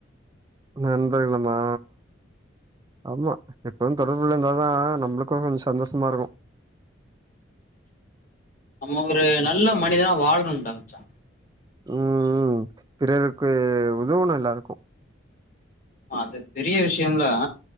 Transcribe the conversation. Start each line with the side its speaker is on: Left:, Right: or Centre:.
Right: நண்பர்கலுமா ஆமா எப்பும் தொடர்புள்ள இருந்தாதா நம்மளுக்கு கொஞ்சோ சந்தோஷமா இருக்கு
Left: நம்ம ஒரு நல்ல மனிதனா வாழ்னுன்டா மச்சா
Right: ம் பிறருக்கு உதவுனு எல்லாருக்கு
Left: அது பெரிய விஷ்யோம்ல